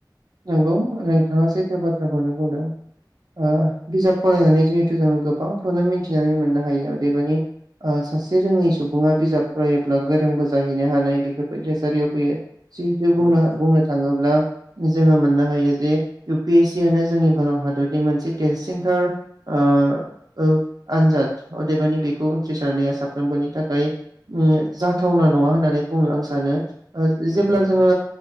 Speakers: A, on the right; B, in the centre.
A: नंगौ नोंथाङा सैथो बाथ्राखौनो बुंदों ओ बिजाब फरायनानै जिहेथु जोङो गोबांखौनो मिथिनानै मोननो हायो अदेबानि ओ सासे रोङै सुबुङा बिजाब फरायोब्ला गोरोंबो जाहैनो हानाय बेफोरबायदि थासारियाव फैयो। जिहुतु
B: नंगौ
A: बुंनो
B: नोंथां
A: बुंनो थाङोब्ला जोङो मोननो हायो जे इउ पि एस सि आनो जोंनि भारत हादरनि मोनसे देरसिनथार ओ ओआनजाद अदेबानि बेखौ उथ्रिसारनाया साफ्रोमबोनि थाखाय जाथावना नङा होननानै बुंनो आं सानो। ओ
B: नंगौ
A: जेब्ला
B: नोंथां
A: जोङो